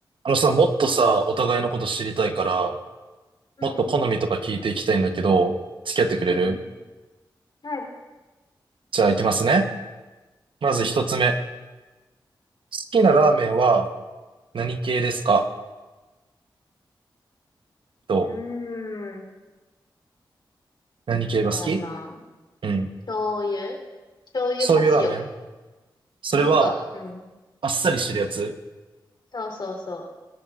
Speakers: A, on the right; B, on the left.
A: あのさ、もっとさ、お互いのこと知りたいから、
B: うん、
A: もっと好みとか聞いていきたいんだけど、付き合ってくれる
B: うん、はい、
A: じゃあ行きますね。まず一つ目。
B: うん。
A: 好きなラーメンは何系ですかと、
B: うーん、
A: 何系が好き
B: そうやな。
A: うん。
B: 醤油醤油か塩。
A: そういうラーメンそれは、
B: なんか、うん。
A: あっさりしてるやつ
B: そうそうそ